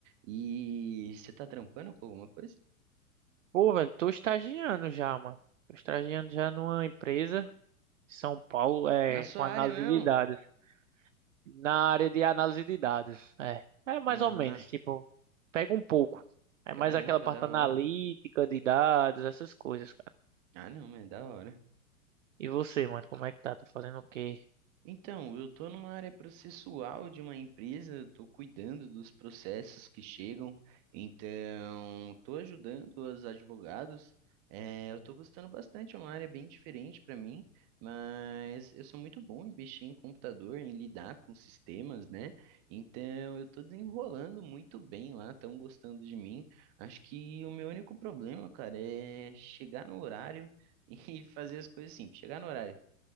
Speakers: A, on the right; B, on the right.
A: E você tá trampando com alguma coisa?
B: Pô, velho, tô estagiando já, mano. Tô estagiando já numa empresa em São Paulo, é,
A: Na sua
B: com análise
A: área mesmo?
B: de dados. Na área de análise de dados, é. É mais
A: Ah,
B: ou menos, tipo, pega um pouco. É
A: caramba,
B: mais aquela parte
A: da
B: analítica
A: hora.
B: de dados, essas coisas,
A: Ah, não, mas é da hora.
B: E você, mano, como é que tá? Tá fazendo o quê?
A: Então, eu estou numa área processual de uma empresa, estou cuidando dos processos que chegam, então estou ajudando os advogados. Eh, eu estou gostando bastante, é uma área bem diferente para mim, mas eu sou muito bom em mexer em computador, em lidar com sistemas, né? Então eu estou desenrolando muito bem lá, estão gostando de mim. Acho que o meu único problema, cara, é chegar no horário <laughs> e fazer as coisas simples. Chegar no horário